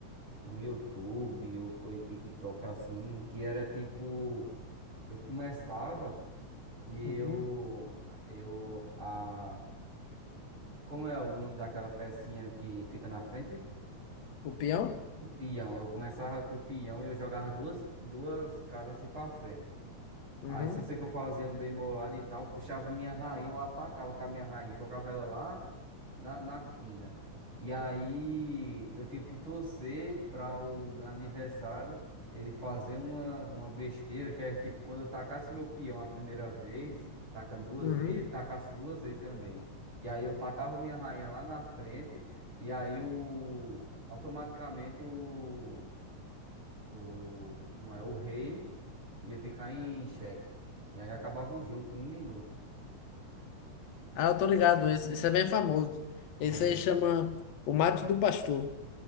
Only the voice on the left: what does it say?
Uhum,
O peão?
uhum.
Uhum.
Ah, eu tô ligado, esse, esse é bem famoso.
Esse aí chama o mate do pastor.